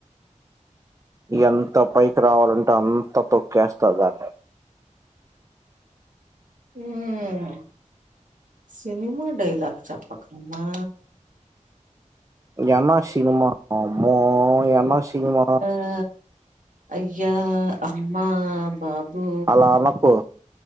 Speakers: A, on the right (about 25°); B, on the right (about 85°).
A: ఇగ ఎంత పైకి రావాలంటే అంత తొక్కేస్త దాన్ని
B: ఉం సినిమా డైలాగ్ చేప్పకమా
A: ఎన్న సినిమా అమ్మో ఎన్న సినిమా
B: ఆ అయ్యా అమ్మ బాబూ
A: <unintelligible> తాలకు